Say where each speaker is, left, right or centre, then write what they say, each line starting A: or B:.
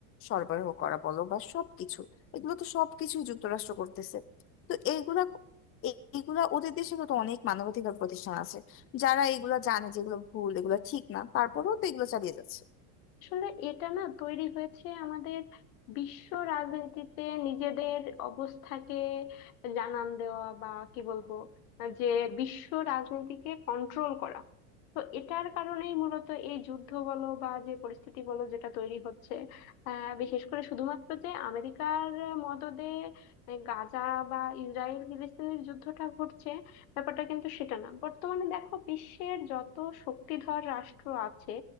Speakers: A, on the left; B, on the left.
A: সরবরাহ করা বলো বা সবকিছু এগুলো তো সবকিছুই যুক্তরাষ্ট্র করতেছে তো এইগুলা এ- এইগুলা ওদের দেশে তো অনেক মানবাধিকার প্রতিষ্ঠান আছে যারা এগুলা জানে যেগুলো ভুল এগুলো ঠিক না তারপরেও তো এগুলো চালিয়ে যাচ্ছে
B: আসলে এটা না তৈরি হয়েছে আমাদের বিশ্ব রাজনীতিতে নিজেদের অবস্থাকে জানান দেওয়া বা কি বলবো যে বিশ্ব রাজনীতিকে কন্ট্রোল করা তো এটার কারণেই মূলত এই যুদ্ধ বলো বা যে পরিস্থিতি বলো যেটা তৈরি হচ্ছে আহ বিশেষ করে শুধুমাত্র যে আমেরিকার মদদে গাজা বা ইসরায়েল ফিলিস্তিনের যুদ্ধটা ঘটছে ব্যাপারটা কিন্তু সেটা না বর্তমানে দেখো বিশ্বের যত শক্তিধর রাষ্ট্র আছে